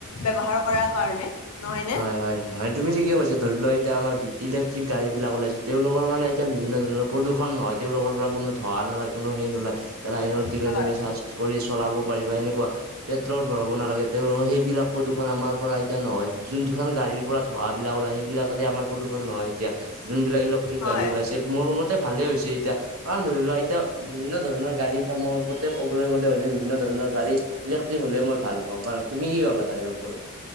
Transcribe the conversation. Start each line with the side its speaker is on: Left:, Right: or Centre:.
Left: ব্যৱহাৰ কৰাৰ কাৰণে নহয় নে?
Right: হয়, হয়। হয় তুমি ঠিকে‌ কৈছা ধৰি লও এতিয়া আমাৰ ইলে্ট্ৰিক গাড়ী বিলাক ওলাইছে তেওঁলোকৰ মানে এতিয়া বিভিন্ন ধৰণৰ প্ৰূষণ নহয়। তেওঁলোকৰ পৰা কোনো ধৱা নলয় কোনো হেই নলয় তাত আইনত দিলে
Left: হয়।
Right: তুমি চাচ কৰি চলাব পাৰিবা এনেকুৱা পেট্ৰল ভৰাব নালাগে তেওঁ সেইবিলাকো প্ৰদুখন আমাৰ পৰা এতিয়া নহয় যোনটোখন গাড়ীৰ পৰা ধোঁৱাবিলাক ওলায় সেইবিলাকেদি আমাৰ প্ৰদূষণ নহয় এতিয়া যোনবিলাক ইলেক্ট্ৰিক
Left: হয়,
Right: গাড়ী ওলাইছে মোৰমতে ভালে হৈছে এতিয়া কাৰণ ধৰি লোৱা এতিয়া বিভিন্ন ধৰণৰ গাড়ী এটা মতে ক'বলৈ গ'লে হলে বিভিন্ন ধৰণৰ গাড়ী ইলেক্ট্ৰিক হ'লে মই ভাল পাওঁ। কাৰণ তুমি কি পাবা তাৰে ওপৰত?